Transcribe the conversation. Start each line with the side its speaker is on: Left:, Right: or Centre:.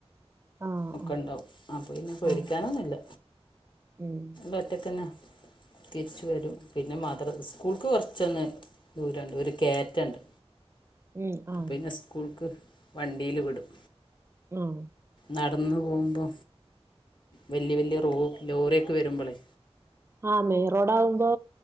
Right: ആഹ്
Left: ഒക്കെ ഇണ്ടാവും അപ്പൊ പിന്നെ പേടിക്കാനൊന്നുമില്ല
Right: ആഹ് ആഹ് ഉം
Left: വറ്റക്കണ് തിരിച്ച വരും പിന്നെ മദ്രാസ്കൂൾക്ക് കുറച്ചൊന്ന് ദൂരമുണ്ട് ഒരു കെയറ്റുണ്ട്
Right: ഉം ആഹ്
Left: പിന്നെ സ്കൂൾക്ക് വണ്ടിയില് വിടും
Right: ആഹ്
Left: നടന്നു പോകുമ്പോ വല്യ വല്യ റോ ലോറിയൊക്കെ വരുമ്പോളെ
Right: ആ മെറോടമ്പോ